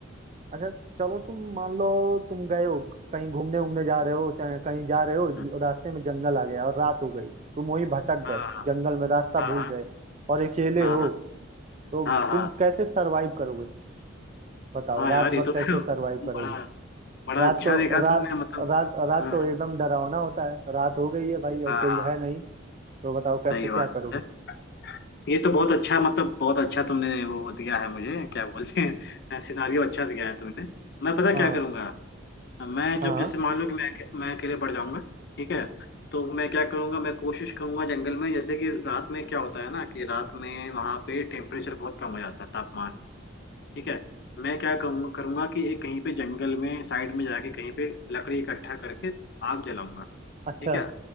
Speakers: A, on the right (about 35°); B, on the left (about 50°).
A: अच्छा चलो तुम मान लो तुम गए हो कहीं घूमने उमने जा रहे हो चाहे कहीं जा रहे हो ज-
B: हाँ
A: रास्ते में जंगल आ गया और रात हो गई तुम वहीं भटक
B: हाँ
A: गए जंगल में रास्ता
B: हाँ
A: भूल गए और अकेले
B: हाँ
A: हो
B: हाँ हाँ
A: तो
B: हाँ हाँ हाँ,
A: तुम कैसे सरवाइव करोगे बताओ
B: हाँ
A: रात
B: यार
A: भर
B: ये तो
A: कैसे
B: <laughs>
A: सरवाइव
B: बड़ा
A: करोगे
B: बड़ा
A: रात
B: अच्छा
A: तो
B: देखा
A: रात
B: तुमने मतलब
A: रात रात
B: हाँ
A: तो एकदम डरावना होता है रात हो गई है भाई और
B: हाँ
A: कोई
B: हाँ,
A: है नहीं तो बताओ कैसे
B: सही
A: क्या
B: बात
A: करोगे
B: है ये तो बहुत अच्छा मतलब बहुत अच्छा तुमने वो दिया है मुझे क्या बोलते हैं सिनारियो अच्छा दिया है तुमने मैं पता
A: <laughs> हाँ
B: क्या करूंगा मैं
A: हाँ
B: जब जैसे मान लो कि मैं मैं अकेले पड़ जाऊंगा ठीक है तो मैं क्या करूंगा मैं कोशिश करूंगा जंगल में जैसे कि रात में क्या होता है ना कि रात में वहां पे टेम्परेचर बहुत कम हो जाता है तापमान ठीक है मैं क्या कहूंगा करूंगा कि एक कहीं पे जंगल में साइड में जाके कहीं पे लकड़ी इकट्ठा करके आग जलाऊंगा
A: अच्छा
B: ठीक है